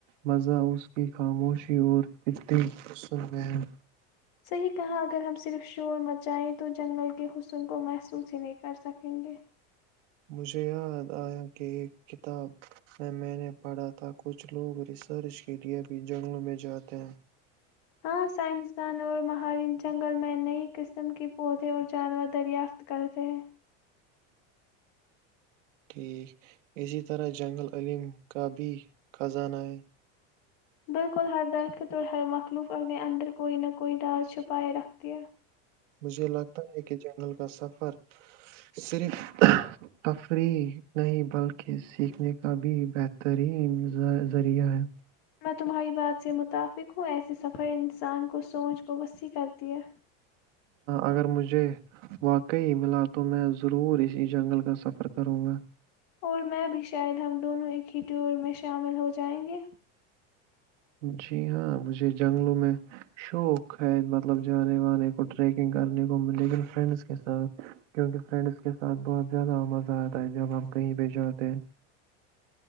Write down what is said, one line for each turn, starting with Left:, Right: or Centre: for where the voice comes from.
Right: مزہ اس کی خاموشی اور فد غصل میں ہے
Left: صحیح کہا اگر ہم صرف شور مچائیں تو جنگل کے حسن کو محسوس ہی نہیں کر سکیں گے
Right: مجھے یاد آیا کہ ایک کتاب میں میں نے پڑھا تھا کچھ لوگ ریسرچ کے لیئے بھی جنگلوں میں جاتے ہیں
Left: ہاں سائنسدان اور مہار جنگل میں نئی قسم کی پودے اور جانور دریافت کرتے ہیں
Right: ٹھیک، اسی طرح جنگل علم کا بھی خزانہ ہے
Left: بالکل ہر درخ توور ہر وقت تکلف اندر کوئی نہ کوئی ڈار چھپائے رکھتی ہے
Right: مجھے لگتا ہے کہ جنگل کا سفر صرف تفریح نہیں بلکہ سیکھنے کا بھی بہترین ذریعہ ہے
Left: میں تمہاری بات سے متفق ہوں ایسے سفر انسان کو سوچ کو وسیع کرتی ہے
Right: اگر مجھے واقعی ملا تو میں ضرور اسی جنگل کا سفر کروں گا
Left: اور میں بھی شاید ہم دونوں ایک ہی ٹیور میں شامل ہو جائیں گے
Right: جی ہاں مجھے جنگلوں میں شوق ہے مطلب جانے وانے کو ٹریکنگ کرنے کو لیکن فرینڈس کے ساتھ کیونکہ فرینڈس کے ساتھ بہت زیادہ مزہ آتا ہے جب ہمپ کہیں پہ جاتے ہیں